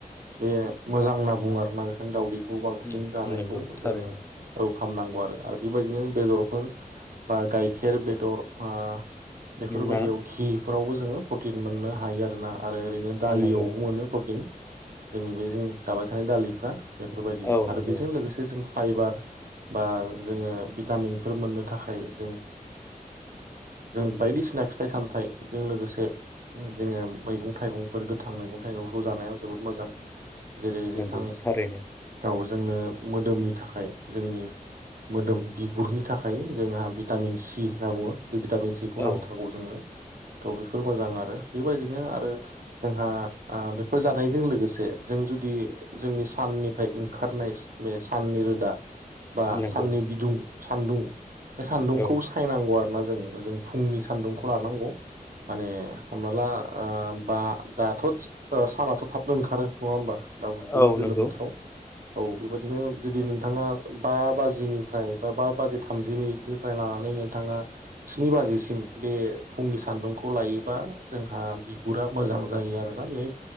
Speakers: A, on the right; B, on the left.
A: बे मोजां होनना बुङो आरोना दावदैखौ बांसिन
B: नंगौ
A: जानायखौ
B: थारैनो
A: जोङो खालामनांगौ आरो आरो बे बायदिनो बेदरफोर बा गाइखेर, बेदर, ओ बेफोरबायदियाव
B: ना
A: घिफोरावबो जोङो प्रटिन मोननो हायो आरोना आरो ओरैनो दालियावबो
B: नंगौ
A: मोनो प्रटिन। जोंनि बे जों जाबाय थानाय दालिफ्रा बेफोरबायदि
B: औ
A: आरो
B: नंगौ
A: बेजों लोगोसे जों फाइबार बा जोङो भिटामिनफोर मोननो थाखाय जों जों बायदिसिना फिथाइ सामथाइजों लोगोसे जोङो मैगं थाइगंफोर गोथां मैगं थाइगंफोरखौ जानायाव जोबोद मोजां जेरै नोंथां
B: नंगौ थारैनो
A: औ जोंनो मोदोमनि थाखाय जोंनि मोदोम बिगुरनि थाखाय फायो जोंहा भिटामिन सि होनना बुङो बे भिटामिन सिखौ
B: औ
A: नांथारगौ जोंनो थ' बेफोर मोजां आरो बेबायदिनो आरो जोंहा बेफोर जानायजों लोगोसे जों जुदि जोंनि साननिफ्राय ओंखारनाय बे साननि रोदा बा
B: नंगौ
A: साननि बिदुं सान्दुं बे सान्दुंखौ
B: औ
A: सायनांगौ आरो ना जों जों फुंनि सान्दुंखौ लानांगौ। माने हमना ला बा दाथ' सानाथ' थाबनो ओंखारो नङा होमबा दा बे
B: औ
A: गोलोम
B: नंगौ
A: बोथोराव। औ बे बायदिनो जुदि नोंथाङा बा बाजिनिफ्राय बा बाजि थामजिब्रैनिफ्राय लानानै नोंथाङा स्नि बाजिसिम बे फुंनि सान्दुंखौ लायोबा जोंहा बिगुरा मोजां जायो आरोना बे।